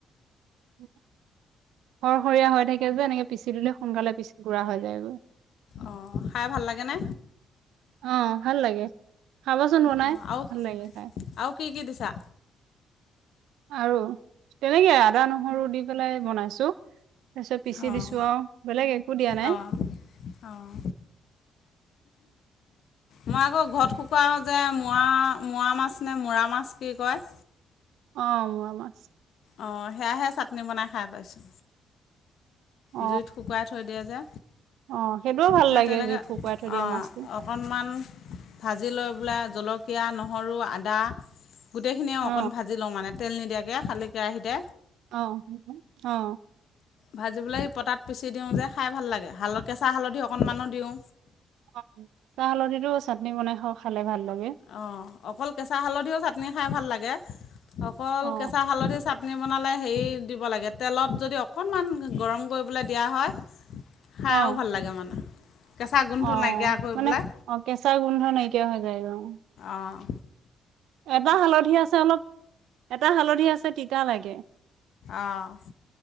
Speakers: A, on the right; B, on the left.
A: <inaudible> সৰসৰীয়া হৈ থাকে যে, এনেকে পিচি দিলে সোনকালে পিচ গুৰা হৈ যায় গৈ।
B: অ', খাই ভাল লাগেনে?
A: অ', ভাল লাগে। খাবোচোন বনাই,
B: অঁ আৰু
A: ভাল লাগে খাই।
B: আৰু কি কি দিছা?
A: আৰু? তেনেগে। আদা নহৰু দি পেলাই বনাইছোঁ। তাৰ পিছত পিচি
B: অঁ
A: দিছোঁ আৰু বেলেগ একো দিয়া নাই।
B: অঁ অঁ মই আকৌ ঘট কুকুৰা যে মোৱা মোৱা মাছ নে মৰা মাছ কি কয়?
A: অ', মোৱা মাছ।
B: অ' সেয়াহে চাটনি বনাই খাই পাইছোঁ
A: অ
B: জুইত শুকুৱাই থৈ দিয়ে যে
A: অ সেইটোও ভাল
B: সেই
A: লাগে
B: তেনেকৈ
A: জুইত শুকুৱাই থৈ দিয়া
B: অ'
A: মাছটো
B: অকণমান ভাজি লৈ পেলাই জলকীয়া নহৰু আদা গোটেইখিনিয়ে
A: অ
B: অকণ ভাজি লওঁ মানে তেল নিদিয়াকৈ খালী। বিতিয়া আহি দে,
A: অ অ
B: ভাজিবোলে সি পতাত পিচি দিওঁ যে খাই ভাল লাগোল কেঁচা হালধি, সন্মানো দিওঁ
A: অ চাহ হালধিতো চাটনি বনাই খাওঁ খালে ভাল। লাগে
B: অ' অকল কেঁচা হালধিও চাটনি হে ভাল লাগে অকল
A: অ
B: কেঁচা হালধি চাটনি বনালে হেৰি দিব লাগে তেলত যদি অকণমান গৰম কৰিবলৈ দিয়া হয় হাইও
A: অ
B: ভাল লাগে মানে কেঁচা গোন্ধটো
A: অ'
B: নাইকিয়া কৰি
A: মানে
B: পেলাই
A: অ' কেঁচা গোন্ধৰণে এই কিয় হৈ যায়গ অ'
B: অ'
A: এটা হালধি আছে অলপ, এটা হালধি আছে তিতা লাগে।
B: অ'